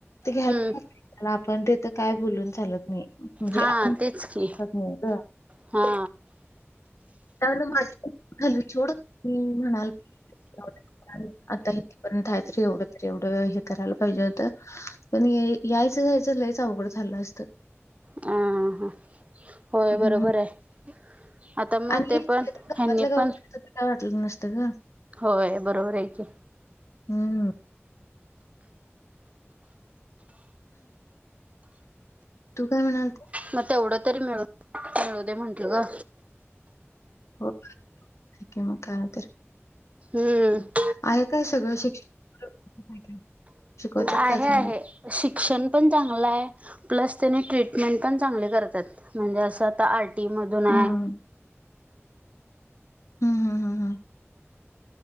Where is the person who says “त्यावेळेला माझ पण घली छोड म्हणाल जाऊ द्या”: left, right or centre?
Left